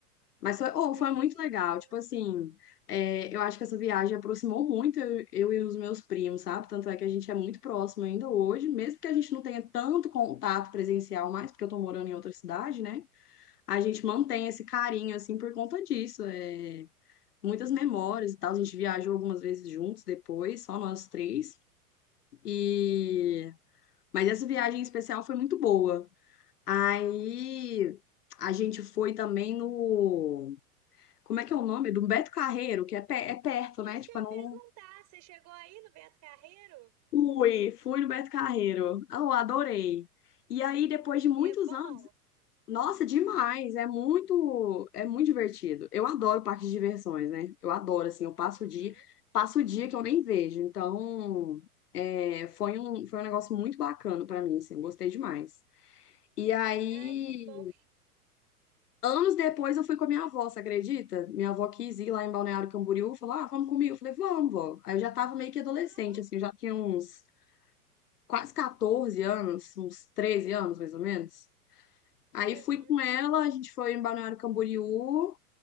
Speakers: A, on the left; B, on the right.
A: Mas foi,
B: Entendi,
A: oh, foi muito legal.
B: legal.
A: Tipo assim, é, eu acho que essa viagem aproximou muito eu, eu e os meus primos, sabe? Tanto é que a gente é muito próximo ainda hoje, mesmo que a gente não tenha tanto contato presencial mais, porque eu tô morando em outra cidade, né? A gente mantém esse carinho, assim, por conta disso. É, muitas memórias e tal. A gente viajou algumas vezes juntos depois, só nós três. E... Mas essa viagem em especial foi muito boa. Aí a gente foi também no. Como é que é o nome? Do Beto Carreiro, que é, pe- é perto,
B: Isso
A: né? Tipo,
B: que eu ia
A: eu não
B: perguntar, você chegou aí no Beto Carreiro?
A: fui, fui no Beto Carreiro. Ah, Eu adorei. E aí, depois de muitos
B: E é bom?
A: anos, nossa, demais, é muito, é muito divertido. Eu adoro parques de diversões, né? Eu adoro, assim, eu passo
B: Aham.
A: o dia, passo o dia que eu nem vejo. Então, é, foi um, foi um negócio muito bacana pra mim, assim, eu gostei demais. E aí,
B: Ai, que bom.
A: Anos depois eu fui com a minha avó, você acredita? Minha avó quis ir lá em Balneário Camboriú, falou: Ah, vamos comigo. Eu falei: Vamos, vó. Aí eu já tava meio que adolescente,
B: Oh,
A: assim, eu já tinha uns quase 14 anos, uns 13 anos mais ou menos. Aí
B: Aham.
A: fui com ela, a gente foi em Balneário Camboriú,